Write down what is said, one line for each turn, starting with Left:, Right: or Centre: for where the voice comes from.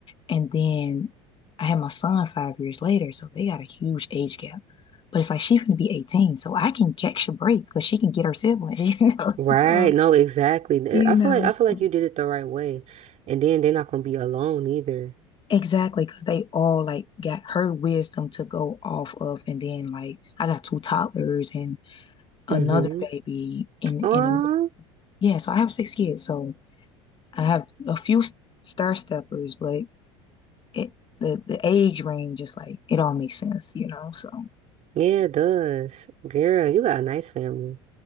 Left: And then I had my son five years later. So they got a huge age gap. But it's like she's going to be 18. So I can catch a break because she can get her siblings, <laughs> you know.
Right: Right.
Left: So,
Right: No, exactly.
Left: you
Right: I feel
Left: know,
Right: like I
Left: so.
Right: feel like you did it the right way. And then they're not gonna be alone either.
Left: Exactly, because they all like got her wisdom to go off of. And then like I got two toddlers and
Right: hmm
Left: another baby in
Right: Oh,
Left: in the middle. Yeah, so I have six kids. So I have a few s- star steppers, but it, the the age range is like it all makes sense, you know. So
Right: yeah, it does. Girl, you got a nice family.